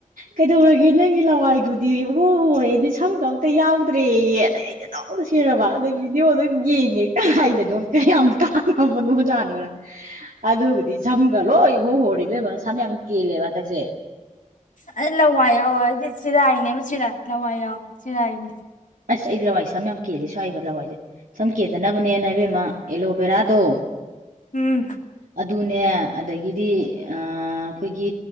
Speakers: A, on the right; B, on the left.
A: ꯀꯩꯗꯧꯔꯒꯦ ꯅꯪꯒꯤ ꯂꯋꯥꯏꯗꯨꯗꯤ ꯑꯣꯍꯣꯍꯦꯅꯦ ꯁꯝ ꯀ ꯑꯝꯇ ꯌꯥꯎꯗ꯭ꯔꯦꯅ ꯑꯩ ꯑꯦꯣꯔ ꯁꯤꯔꯕ ꯑꯗꯨꯕꯤꯗꯤꯑꯣꯗ <unintelligible> ꯌꯦꯡꯉꯦ ꯀꯗꯥꯏꯗꯅꯣ ꯀꯌꯥꯝ ꯥꯡꯉ ꯅꯣ ꯑꯣꯖꯥꯠꯅꯣꯅ ꯑꯗꯨꯕꯨꯗꯤ ꯁꯝꯒ ꯂꯣꯏ ꯍꯣ ꯍꯣꯔꯤꯕꯃ ꯁꯝ ꯌꯥꯝ ꯀꯦꯜꯂꯦꯕ ꯍꯟꯗꯛꯁꯦ
B: ꯑꯩ ꯂꯋꯥꯏ ꯌꯥꯎꯋꯦ ꯑꯩꯗꯤ ꯆꯤꯔꯥꯏꯅꯦꯕ ꯆꯔꯥꯏ ꯂꯋꯥꯏ ꯌꯥꯎꯋꯦ ꯆꯔꯥꯏꯅꯦ
A: ꯑꯁ ꯑꯩ ꯂꯋꯥꯏ ꯏꯁꯝ ꯌꯥꯝ ꯀꯦꯜꯂꯤꯁꯨꯏꯕ ꯂꯋꯥꯏꯁꯦ ꯁꯝ ꯀꯦꯗꯅꯕꯅꯦꯅ ꯍꯥꯏꯕꯦꯝꯃ ꯑꯦꯂꯣꯕꯦꯔꯥꯗꯣ
B: ꯎꯝ
A: ꯑꯗꯨꯅꯦ ꯑꯗꯒꯤꯗꯤ ꯑꯩꯈꯣꯏꯒꯤ